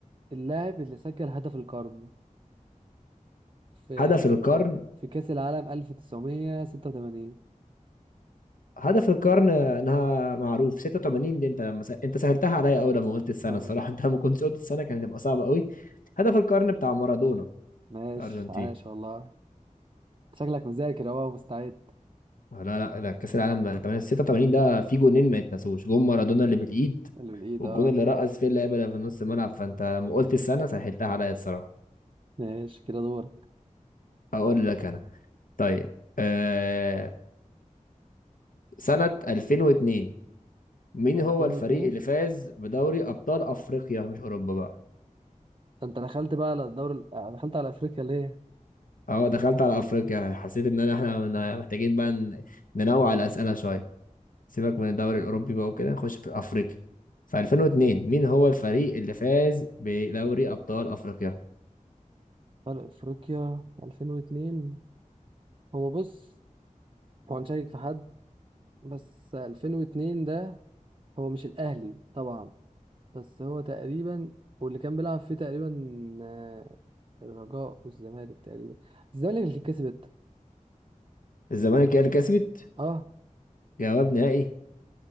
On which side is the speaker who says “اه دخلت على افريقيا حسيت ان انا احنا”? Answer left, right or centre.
Left